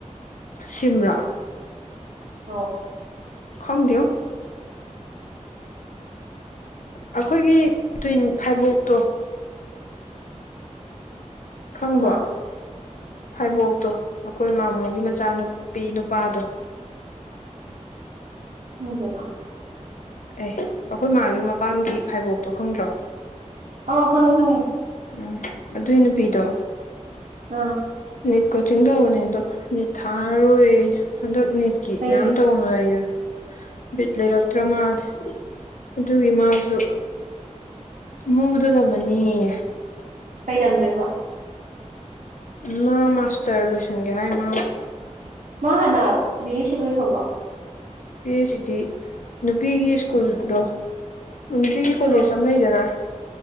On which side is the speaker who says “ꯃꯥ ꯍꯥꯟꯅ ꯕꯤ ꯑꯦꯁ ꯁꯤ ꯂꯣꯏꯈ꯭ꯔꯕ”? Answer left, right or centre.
Right